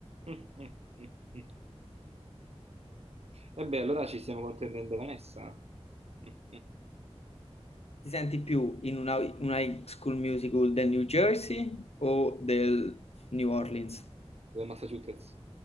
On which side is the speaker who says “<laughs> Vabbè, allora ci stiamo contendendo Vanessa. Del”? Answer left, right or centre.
Right